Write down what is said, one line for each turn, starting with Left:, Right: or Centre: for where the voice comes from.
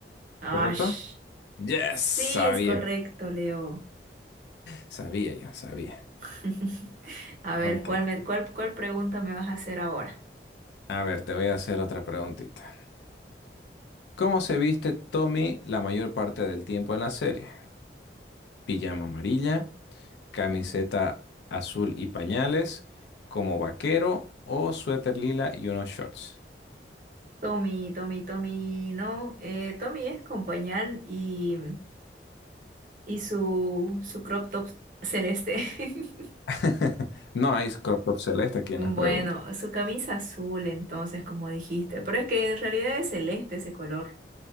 Right: Ash.
Left: ¿Correcto? Yes,
Right: Sí,
Left: sabía.
Right: es correcto, Leo.
Left: Sabía yo, sabía.
Right: <laughs> A ver,
Left: Ok.
Right: ¿cuál, me- cuál, cuál pregunta me vas a hacer ahora?
Left: A ver, te voy a hacer otra preguntita. ¿Cómo se viste Tommy la mayor parte del tiempo en la serie? Pijama amarilla, camiseta azul y pañales, como vaquero o suéter lila y unos shorts.
Right: Tommy, Tommy, Tommy, no. eh, Tommy es con pañal y, y su, su crop top celeste. <laughs>
Left: <laughs> No hay crop top celeste aquí en
Right: Bueno,
Left: las preguntas.
Right: su camisa azul, entonces, como dijiste. Pero es que en realidad es celeste ese color.